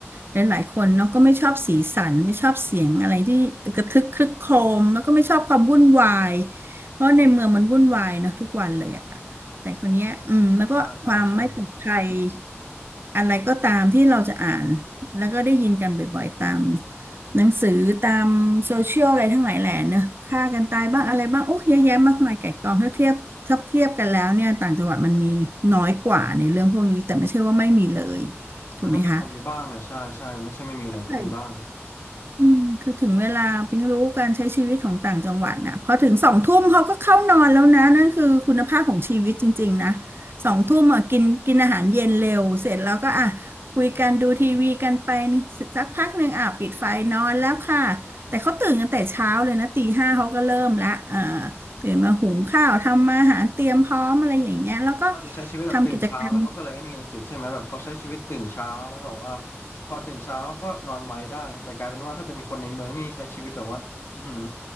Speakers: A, on the right (about 50°); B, on the left (about 60°).
A: หลายๆคนเนาะก็ไม่ชอบสีสันไม่ชอบเสียงอะไรที่กระทึกครึกโครมแล้วก็ไม่ชอบความวุ่นวายเพราะในเมืองมันวุ่นวายเนาะทุกวันเลยอะแต่คราวเนี้ยอืมแล้วก็ความไม่ปลอดภัย
B: ใช่ใช่ใช่
A: อะไรก็ตามที่เราจะอ่านแล้วก็ได้ยินกันบ่อยๆตาม หนังสือตามโซเชียลอะไรทั้งหลายแหล่เนอะฆ่ากันตายบ้างอะไรบ้างโอ้เยอะแยะมากมายไก่กองถ้าเทียบถ้าเทียบกันแล้วเนี่ยต่างจังหวัดมันมีน้อยกว่าในเรื่องพวกนี้แต่ไม่ใช่ว่าไม่มีเลยถูกไหมคะ
B: มันก็มีคงมีบ้างแหละใช่ใช่ไม่ใช่ไม่มีเลยก็มีบ้าง
A: ใช่ อืมคือถึงเวลาปิ๊งรู้การใช้ชีวิตของต่างจังหวัดนะพอถึงสองทุ่มเขาก็เข้านอนแล้วนะนั่นคือคุณภาพของชีวิตจริงๆนะสองทุ่มอ่ะกินกินอาหารเย็นเร็วเสร็จแล้วก็อ่ะคุยกันดูทีวีกันไปนี่สักพักหนึ่งอ่ะปิดไฟนอนแล้วค่ะแต่เขาตื่นกันแต่เช้าเลยนะตีห้าเขาก็เริ่มละเอ่อตื่นมาหุงข้าวทำอาหารเตรียมพร้อมอะไรอย่างเงี้ยแล้วก็
B: ก็จะใช้ชีวิตแบบตื่นเช้าแล้วเขาก็เลยไอ้นี่ไงสิใช่ไหมแบบเขาใช้ชีวิตตื่นเช้าแล้วแบบว่า
A: ทำกิจกรรม
B: พอตื่นเช้าก็นอนไวได้แต่กลายเป็นว่าถ้าเป็นคนในเมืองนี่ใช้ชีวิตแบบว่าอือหือ